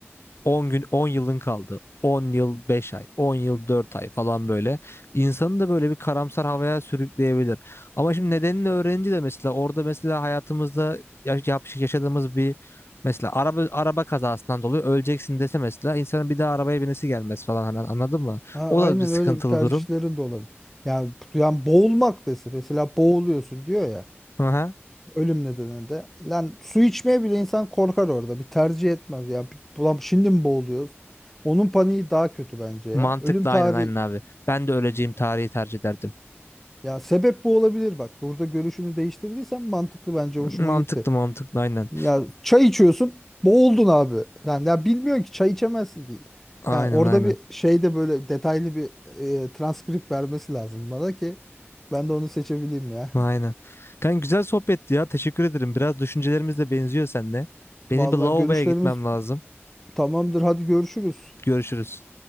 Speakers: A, on the left; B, in the centre.
A: 10 gün 10 yılın kaldı. 10 yıl 5 ay, 10 yıl 4 ay falan böyle. İnsanı da böyle bir karamsar havaya sürükleyebilir. Ama şimdi nedenini öğrenince de mesela orada mesela hayatımızda yaş- yaş- yaşadığımız bir mesela araba araba kazasından dolayı öleceksin dese mesela insanın bir daha arabaya binesi gelmez falan hani anladın mı?
B: Ha,
A: O
B: aynen
A: da bir sıkıntılı
B: öyle bir tercihlerin
A: durum.
B: de olabilir. Yani, yani boğulmak desin. Mesela boğuluyorsun diyor ya.
A: Hı hı.
B: Ölüm nedeninde. Lan su içmeye bile insan korkar orada. Bir tercih etmez. Ya bir- ulan şimdi mi boğuluyoruz? Onun paniği daha kötü bence ya.
A: Mantıklı
B: Ölüm tarihi
A: aynen aynen abi. Ben de öleceğim tarihi tercih ederdim.
B: Ya sebep bu olabilir bak. Burada görüşünü değiştirdiysen mantıklı bence hoşuma
A: Mantıklı
B: gitti.
A: mantıklı aynen.
B: Ya çay içiyorsun, boğuldun abi. Yani ya bilmiyorsun ki çay içemezsin ki.
A: Aynen
B: Yani orada
A: aynen.
B: bir şeyde böyle detaylı bir e, transkript vermesi lazım bana ki ben de onu seçebileyim ya.
A: Aynen. Kanka güzel sohbetti ya. Teşekkür ederim. Biraz düşüncelerimiz de benziyor seninle. Benim
B: <laughs> Vallahi
A: bir lavaboya
B: görüşlerimiz
A: gitmem lazım.
B: tamamdır. Hadi görüşürüz.
A: Görüşürüz.